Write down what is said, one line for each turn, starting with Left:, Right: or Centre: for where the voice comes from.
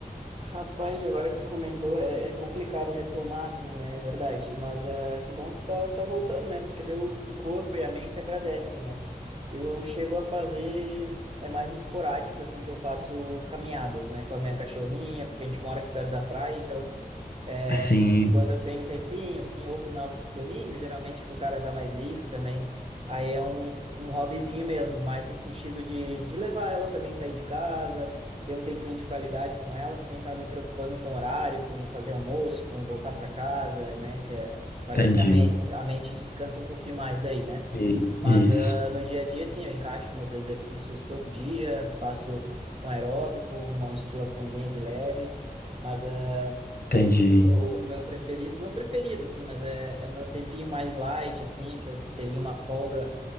Right: Rapaz, agora que tu comentou, é, é complicado retomar assim, né? É verdade. Mas ah, que bom que tu tá, tá voltando, né? Porque daí o, o corpo e a mente agradecem, né? Eu chego a fazer, é mais esporádico, assim, que eu faço caminhadas, né? Com a minha cachorrinha, porque a gente mora aqui perto da praia, então é,
Left: Sim,
Right: quando eu tenho um tempinho, assim, ou final de domingo, geralmente que o cara tá mais livre também, aí é um, um hobbyzinho mesmo, mais no sentido de, de levar ela também, sair de casa ter um tempinho de qualidade com ela, sem estar me preocupando com horário, com fazer almoço, com voltar para casa, né? Que é- parece
Left: entendi.
Right: que a, men- a mente descansa um pouquinho mais daí, né?
Left: E-
Right: Mas
Left: Isso,
Right: ah, no dia a dia, sim, eu encaixo meus exercícios todo dia, faço um aeróbico, uma musculaçãozinha de leve, mas ah,
Left: entendi,
Right: o o meu preferido, não preferido, assim, mas é, é o meu tempinho mais light, assim, que eu tenho uma folga